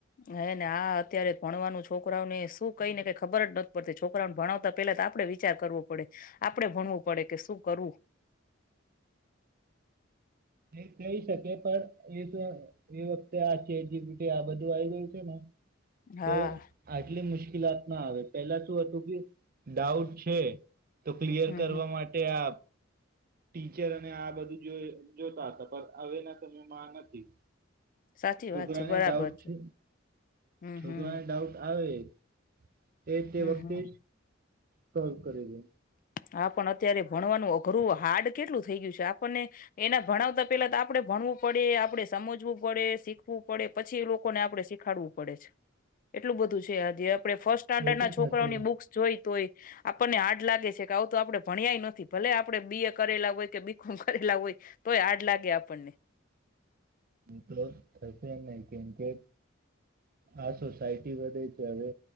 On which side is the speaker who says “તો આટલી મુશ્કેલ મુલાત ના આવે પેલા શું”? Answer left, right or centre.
Right